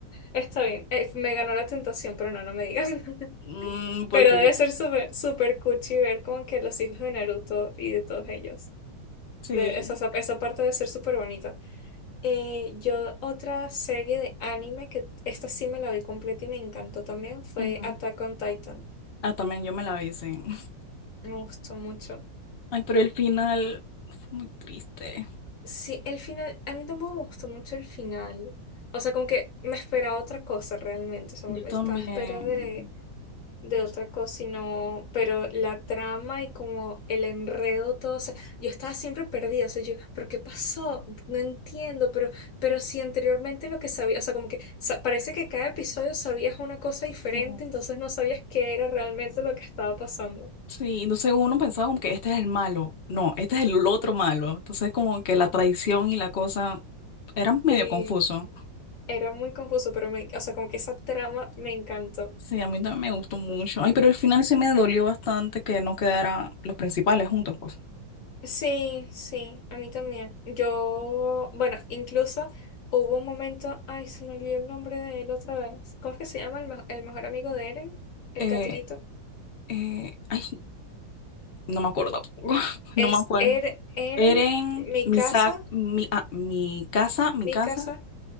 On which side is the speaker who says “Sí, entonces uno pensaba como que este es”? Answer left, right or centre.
Left